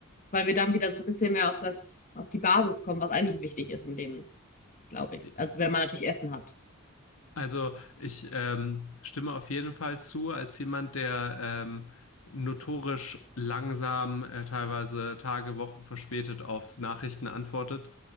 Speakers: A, on the left; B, on the left.
A: weil wir dann wieder so ein bisschen mehr auf das, auf die Basis kommen, was eigentlich wichtig ist im Leben, glaube ich.
B: <laughs>
A: Also wenn man natürlich Essen hat.
B: Also ich ähm, stimme auf jeden Fall zu, als jemand, der ähm, notorisch langsam, äh, teilweise Tage, Wochen verspätet auf Nachrichten antwortet.